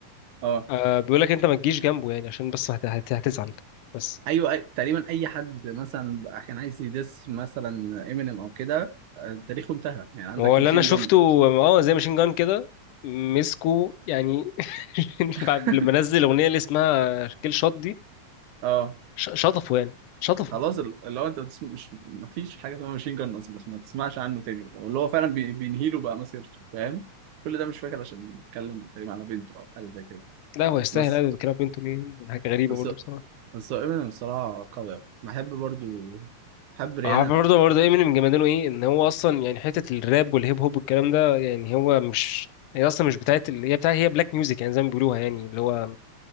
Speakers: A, on the right; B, on the left.
A: اه
B: آه بيقول لك انت ما تجيش جنبه يعني عشان بس هت- هت- هتزعل بس
A: ايوه أي... تقريبا اي حد مثلا بقى كان عايز يدس مثلا امينيم او كده آه، تاريخه انتهى يعني عندك
B: هو اللي
A: ماشين
B: انا شفته
A: جن
B: اه زي ماشين جان كده مسكه يعني
A: <laughs>
B: <laughs> بعد لما نزل الاغنيه اللي اسمها كيل شوت دي
A: اه
B: ش- شطفه يعني شطفه
A: خلاص ال- اللي هو انت بتسمع مش مفيش حاجه اسمها ماشين جان اصلا بس ما تسمعش عنه تاني بقى واللي هو فعلا بي- بينهي له بقى مسيرته فاهم كل ده مش فاكر عشان نتكلم تقريبا على بنته او حاجه زي كده
B: لا هو يستاهل
A: بس
B: هذا بيتكلم بنته ليه حاجه غريبه
A: بس
B: برضه بصراحه
A: بس هو امينيم الصراحه قوي أوي. بحب برضو بحب ريانا
B: عارف برضه برضه ايه من جمدانه ايه ان هو اصلا يعني حته الراب والهيب هوب والكلام ده يعني هو مش هي اصلا مش بتاعت ال- هي بتاعت هي بلاك ميوزك يعني زي ما بيقولوها يعني اللي هو